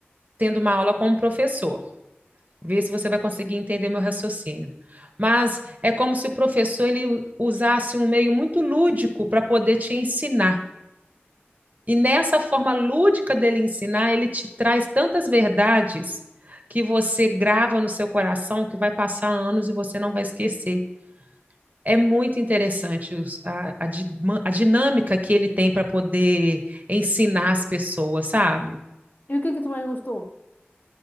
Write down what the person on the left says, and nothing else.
E o que que tu mais gostou?